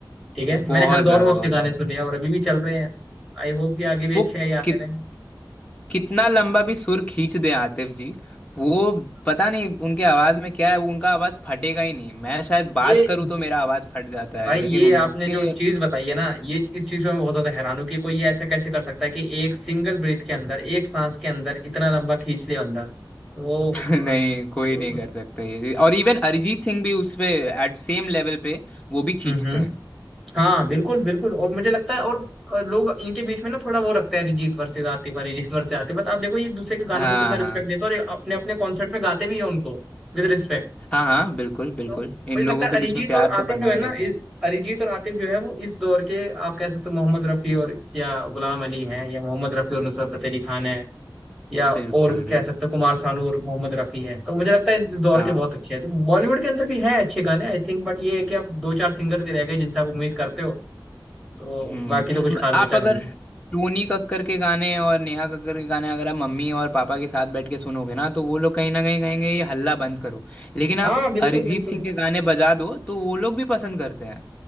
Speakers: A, in the centre; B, on the left (about 15°).
A: ठीक है
B: <laughs>
A: मैंने
B: बहुत
A: हर दौर
B: ज्यादा
A: में उसके
B: बहुत
A: गाने
B: ज्यादा
A: सुने हैं और अभी भी चल रहे हैं आई होप कि आगे भी
B: वो
A: अच्छे ही आते
B: कित
A: रहे हाँ,
B: कितना लंबा भी सुर खींच दे आतिफ जी वो पता नहीं उनके आवाज में क्या है वो उनका आवाज फटेगा ही नहीं मैं शायद बात
A: ये
B: करूँ तो मेरा आवाज फट जाता
A: भाई
B: है लेकिन
A: ये
B: उनके
A: आपने जो चीज बताई है ना ये इस चीज पे मैं बहुत ज्यादा हैरान हूँ कि कोई ये ऐसा कैसे कर सकता है कि एक सिंगल ब्रीथ के अंदर एक सांस के अंदर इतना लंबा खींच ले बंदा तो
B: <laughs> नहीं कोई
A: आई डोंट
B: नहीं
A: नो
B: कर सकता ये चीज़। और इवन अरिजीत सिंह भी उस पे एट सेम लेवल पे वो भी खींचते
A: हम्म हम्म
B: हैं
A: हाँ बिल्कुल बिल्कुल और मुझे लगता है और अ, लोग इनके बीच में ना थोड़ा वो रखते हैं Arijit versus Atif Arijit versus Atif but आप देखो ये एक दूसरे के गानों
B: हाँ
A: को कितना रिस्पेक्ट
B: हाँ
A: देते हैं और ये अपने अपने कॉन्सर्ट में गाते भी है उनको विद रिस्पेक्ट
B: हाँ हाँ बिल्कुल बिल्कुल
A: तो मुझे
B: इन लोगों
A: लगता है
B: के
A: अरिजीत
B: बीच में प्यार
A: और आतिफ
B: तो बना
A: जो
B: ही
A: है ना
B: रहता
A: इस-
B: है
A: अरिजीत और आतिफ जो है वो इस दौर के आप कह सकते हो मोहम्मद रफी और या गुलाम अली हैं या मोहम्मद रफी और नुसरत फतेह अली खान है या
B: बिल्कुल
A: और भी
B: बिल्कुल
A: कह सकते हो कुमार सानू और मोहम्मद रफी हैं तो मुझे लगता है इस दौर
B: हाँ
A: के बहुत अच्छे हैं तो बॉलीवुड के अंदर भी हैं अच्छे गाने आई थिंक बट ये है कि आप दो चार सिंगर्स ही रह गए जिनसे आप उम्मीद करते हो तो
B: हम्म
A: बाकी तो कुछ
B: म-
A: खास
B: आप
A: बचा
B: अगर
A: नहीं है।
B: टूनी कक्कर के गाने और नेहा कक्कर के गाने अगर आप मम्मी और पापा के साथ बैठ के सुनोगे ना तो वो लोग कहीं ना कहीं कहेंगे ये हल्ला बंद करो लेकिन आप
A: हाँ बिल्कुल
B: अरिजीत
A: बिल्कुल
B: सिंह के गाने बजा दो तो वो लोग भी पसंद करते हैं